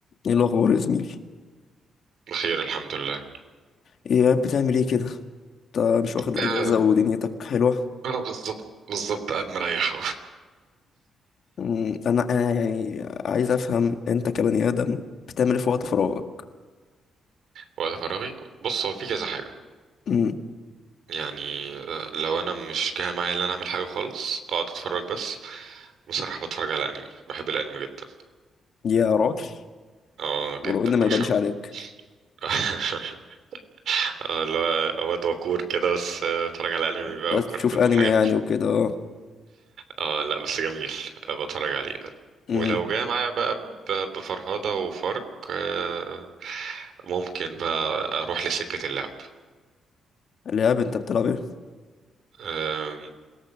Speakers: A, on the left; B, on the right.
A: ايه الاخبار يا زميلي
B: بخير الحمد لله
A: ايه قاعد بتعمل ايه كده انت مش واخد اجازه
B: آه
A: ودنيتك حلوه
B: آه، بالظبط بالظبط قاعد مريح أهو
A: أمم، انا انا يعني عايز افهم انت كبني ادم بتعمل ايه في وقت فراغك
B: وقت فراغي بص هو في كذا حاجة
A: أمم،
B: يعني آه، لو أنا مش جاي معايا إن أنا أعمل حاجة خالص أقعد أتفرج بس بصراحة بتفرج على أنمي بحب الأنمي جدا
A: يا راجل
B: اه جدا
A: ولو ان
B: بعشقه
A: ما يبانش عليك
B: <laughs> اه اللي هو واد وكور كده بس آه، بتفرج على أنمي
A: آه،
B: بقى
A: لا تشوف
B: وكركون
A: انمي
B: وحاجات
A: يعني وكده اه
B: اه لا بس جميل آه، بتفرج عليه
A: امم
B: ولو جاي معايا بقى ب- بفرهدة وفرق آه، ممكن بقى أروح لسكة اللعب
A: لعب انت بتلعب ايه
B: آم،